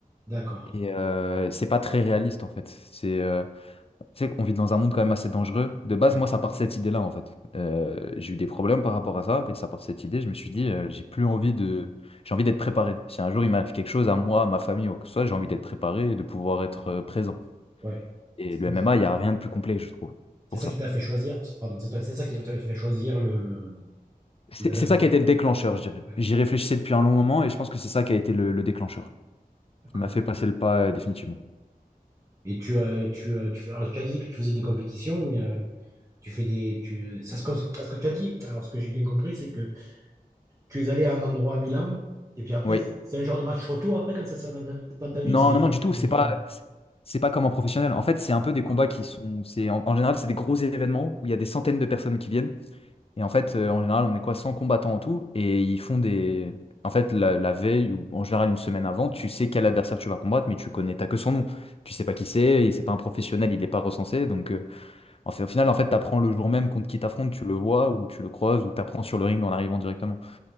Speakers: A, on the right; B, on the left.
A: D'accord.
B: Et euh, c'est pas très réaliste en fait. C'est, euh, tu sais, on vit dans un monde quand même assez dangereux. De base,
A: Ouais,
B: moi, ça part de cette idée-là en fait. Euh, j'ai eu des problèmes par rapport à ça et ça part de cette idée. Je me suis dit, euh, j'ai plus envie de, j'ai envie d'être préparé. Si un jour il m'arrive quelque chose à moi, à ma famille ou quoi que ce soit, j'ai envie d'être préparé et de pouvoir être euh, présent.
A: ouais.
B: Et
A: C'est
B: le
A: comme
B: MMA,
A: ça.
B: il y a rien de plus complet, je trouve,
A: C'est
B: pour
A: ça
B: ça.
A: qui t'a fait choisir, pardon, c'est toi- c'est ça qui t'a fait choisir le, le,
B: C'est
A: le MMA.
B: c'est ça qui a été le déclencheur, je dirais.
A: Ouais,
B: J'y réfléchissais depuis un long moment et je pense que c'est ça qui a été le, le déclencheur,
A: d'accord.
B: qui m'a fait passer le pas euh, définitivement.
A: Et tu as, tu as, tu fais, alors, tu as dit que tu faisais des compétitions, mais euh, tu fais des, tu, ça se, cons- parce que tu as dit, alors ce que j'ai bien compris, c'est que tu es allé à un endroit à Milan, et puis après,
B: Oui.
A: c'est c'est un genre de match retour après quand ça sort dans ta, vie- dans ta vie,
B: Non,
A: ou c'est des
B: non,
A: gens
B: non, du tout.
A: qui
B: C'est
A: sont différents.
B: pas, c'est pas comme en professionnel. En fait, c'est un peu des combats
A: Ah,
B: qui sont, c'est en, en général, c'est des gros événements où il y a des centaines de personnes qui viennent. Et en fait, euh, en général, on est quoi, 100 combattants en tout. Et ils font des, en fait, la, la veille ou en général une semaine avant, tu sais quel adversaire tu vas combattre, mais tu connais, t'as que son nom. Tu sais pas qui c'est. Et c'est pas un professionnel, il est pas recensé. Donc, euh, en fait, au final, en fait, t'apprends le jour même contre qui t'affrontes, tu le vois ou tu le croises ou t'apprends sur le ring en arrivant directement.